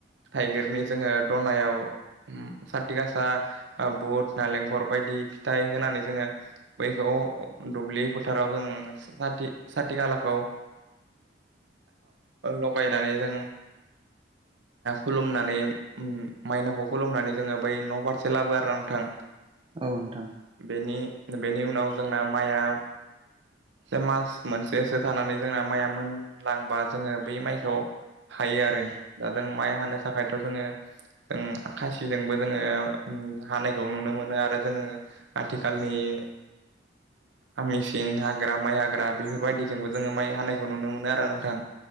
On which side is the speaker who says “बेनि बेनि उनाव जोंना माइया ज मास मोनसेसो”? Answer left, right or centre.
Right